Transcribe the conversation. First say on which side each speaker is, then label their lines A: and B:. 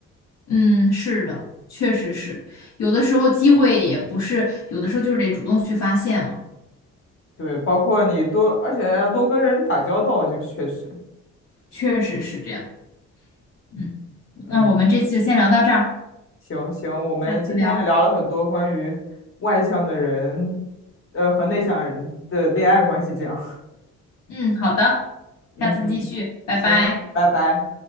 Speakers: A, on the left; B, on the left.
A: 嗯，是的，确实是，有的时候机会也不是，有的时候就是得主动去发现嘛，
B: 对，包括你多，而且要多跟人打交道，就确实，
A: 确实是这样。嗯，
B: 嗯，
A: 那我们这次就先聊到这儿，
B: 行行，我们今天也聊了很多关于外向的人，
A: 下次聊。
B: 呃，和内向人的恋爱关系，这样，
A: 嗯，好的，
B: <laughs> 嗯嗯，
A: 下次继续，拜拜。
B: 行，拜拜。